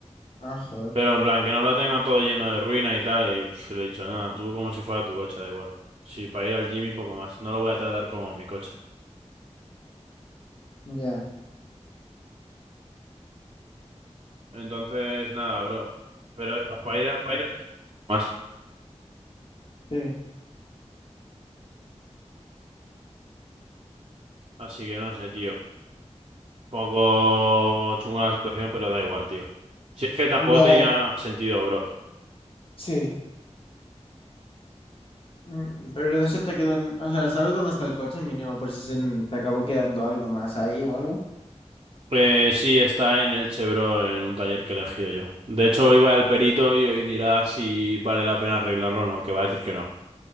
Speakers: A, on the left (about 50°); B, on the right (about 50°).
A: Ah, joder.
B: Pero en plan, que no lo tenga todo lleno de ruinas y tal. Y pf, le he dicho, nada, tú como si fuera tu coche, da igual. Si para ir al gym y poco más. No lo voy a tratar como mi coche.
A: Ya,
B: Entonces, nada, bro. Pero eso, para ir, a- para ir al gym, más.
A: sí.
B: Así que no sé, tío. Poco chunga la situación, pero da igual, tío. Si es que tampoco
A: Ya,
B: tenía sentido, bro.
A: sí. Mm, Pero no se te quedan, o sea, ¿sabes dónde está el coche mínimo por si se n- te acabó quedando algo más ahí o algo?
B: Pues sí, está en Elche, bro, en un taller que he elegido yo. De hecho, hoy voy al perito y hoy dirá si vale la pena arreglarlo o no, que va a decir que no.